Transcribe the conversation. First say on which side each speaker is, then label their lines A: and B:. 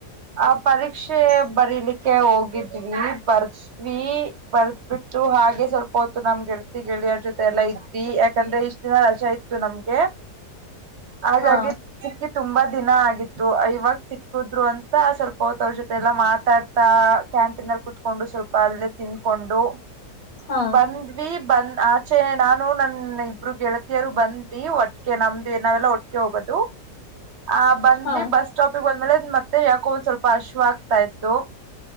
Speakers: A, on the right; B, on the left.
A: ಆ ಪರೀಕ್ಷೆ ಬರೀಲಿಕ್ಕೆ ಹೋಗಿದ್ವಿ ಬರ್ಸ್ವಿ ಬರ್ದಬಿಟ್ಟು ಹಾಗೆ ಸ್ವಲ್ಪ ಹೊತ್ತು ನಮ್ ಗೆಳತಿ ಗೆಳಿಯ ಅವ್ರ ಜೊತೆ ಎಲ್ಲ ಇದ್ವಿ ಯಾಕಂದ್ರೆ ಇಷ್ಟ ದ ರಜ ಇತ್ತು ನಮ್ಗೆ. ಹಾಗಾಗಿ
B: ಹಾ
A: ಸಿಕ್ಕಿ ತುಂಬಾ ದಿನ ಆಗಿತ್ತು ಇವಾಗ ಸಿಕ್ಕಿದ್ರು ಅಂತ ಸ್ವಲ್ಪ ಹೊತ ಔಷ ಮಲ್ಲಾ ಮಾತಾಡ್ತಾ ಕ್ಯಾಂಟೀನ್ಲ್ಲಿ ಕುೂತ್ಕೊಂಡು ಸ್ವಲ್ಪ ಅಲ್ಲೇ ತಿಂದಕೊಂಡು.
B: ಹಾ
A: ಬಂದ್ವಿ ಬಂದ್ ಆಚೆ ನಾನು ನನ್ ಇಬ್ರು ಗೆಳತಿಯರು. ಬಂದ್ವಿ ಒಟ್ಟ ನಮ್ದು ಏನಾವೆಲ್ಲ ಒಟ್ಟ ಹೋಗೋದು ಆ್ಬಂದ್ವಿ
B: ಹಾ
A: ಬಸ್ ಸ್ಟಾಪಿಗೆ ಲೆ ಮತ್ತೆ ಯಾಕೋ ಒಂದ್ ಸ್ವಲ್ಪ ಅಶ್ವ ಆಗ್ತಾ ಇತ್ತು